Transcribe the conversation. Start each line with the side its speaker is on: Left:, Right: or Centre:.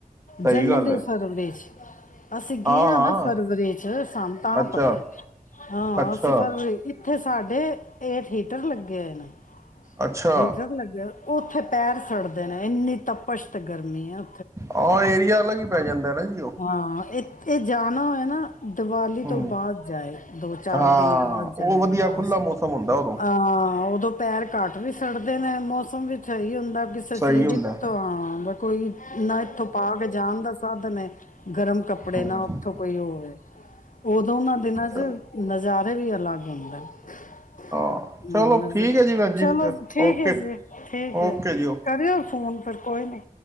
Right: ਸਹੀ
Left: ਜਨਵਰੀ
Right: ਗੱਲ ਹੈ
Left: ਫਰਵਰੀ ਚ ਅਸੀਂ
Right: ਹਾਂ
Left: ਗਏ ਆਂ
Right: ਹਾਂ
Left: ਨਾ ਫਰਵਰੀ ਚ ਸਾਨੂੰ ਤਾਂ
Right: ਅੱਛਾ
Left: ਪਤਾ ਹਾਂ
Right: ਅੱਛਾ
Left: ਅਸੀਂ ਫਰਵਰੀ ਇੱਥੇ ਸਾਡੇ ਏਅਰ ਹੀਟਰ ਲੱਗੇ ਹੋਏ ਨੇ
Right: ਅੱਛਾ
Left: ਹੀਟਰ ਲੱਗਿਆ ਉੱਥੇ ਪੈਰ ਸੜਦੇ ਨੇ ਇੰਨੀ ਤਪਸ਼ ਤੇ ਗਰਮੀ ਆ
Right: ਆਹ ਏਰੀਆ ਅਲੱਗ ਹੀ ਪੈ ਜਾਂਦਾ ਨਾ ਜੀ ਉਹ
Left: ਹਾਂ ਇਹ ਇਹ ਜਾਣਾ ਹੋਵੇ ਨਾ ਦੀਵਾਲੀ
Right: ਹਮ
Left: ਤੋਂ ਬਾਅਦ ਜਾਏ, ਦੋ ਚਾਰ
Right: ਹਾਂ
Left: ਦਿਨ ਬਾਅਦ ਜਾਏ,
Right: ਉਹ ਵਧੀਆ
Left: ਬਸ
Right: ਖੁੱਲਾ ਮੌਸਮ ਹੁੰਦਾ ਉਦੋਂ
Left: ਅਹ ਉਦੋਂ ਪੈਰ ਘੱਟ ਵੀ ਸੜਦੇ ਨੇ ਮੌਸਮ <unintelligible> ਕਿਸੇ
Right: ਸਹੀ
Left: ਚੀਜ਼
Right: ਹੁੰਦਾ
Left: ਦੀਥੋਂ ਹਾਂ ਕੋਈ ਨਾ ਇੱਥੋਂ ਪਾ ਕੇ ਜਾਣ ਦਾ ਸਾਧਨ ਹੈ ਗਰਮ ਕੱਪੜੇ
Right: ਹੂੰ
Left: ਨਾ ਉੱਥੋਂ ਕੋਈ ਹੋਵੇ ਉਦੋ ਨਾ ਦਿਨਾਂ ਚ
Right: ਚਲੋ
Left: ਨਜ਼ਾਰ ਕਦੇ ਵੀ ਅਲੱਗ ਹੁੰਦਾ। <unintelligible>
Right: ਹਾਂ ਚਲੋ ਠੀਕ ਹੈ ਜੀ ਭੈਣ ਜੀ
Left: ਚਲੋ
Right: ਫਿਰ
Left: ਠੀਕ
Right: ਓਕੇ
Left: ਹੈ ਜੀ ਠੀਕ ਹੈ
Right: ਓਕੇ ਜੀ ਓ
Left: ਕਰਿਓ ਫੋਨ ਫਿਰ ਕੋਈ ਨੀ